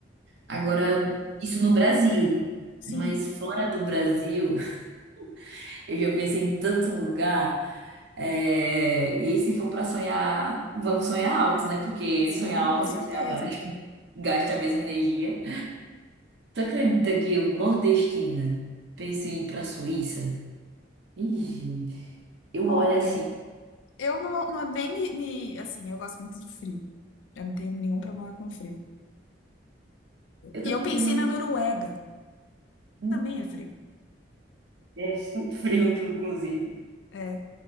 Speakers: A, on the right (about 65°); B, on the left (about 80°).
A: Agora,
B: é.
A: isso no Brasil,
B: Sim,
A: mas fora do Brasil, <laughs> eu já pensei em tanto lugar. É, E aí, se for para sonhar, vamos sonhar alto, né? Porque
B: sim,
A: sonhar alto
B: com certeza.
A: e sonhar baixo <laughs> gasta a mesma energia. Tu acredita que eu, nordestina, pensei em ir pra Suíça? Ih, gente, eu
B: Olha,
A: olho assim.
B: eu não, não nem me, me- assim, eu gosto muito de frio. Eu não tenho nenhum problema com frio.
A: Eu também
B: E eu
A: não
B: pensei
A: tenho
B: na
A: nenhum.
B: Noruega.
A: Hum,
B: Também é frio.
A: É muito frio, inclusive.
B: É.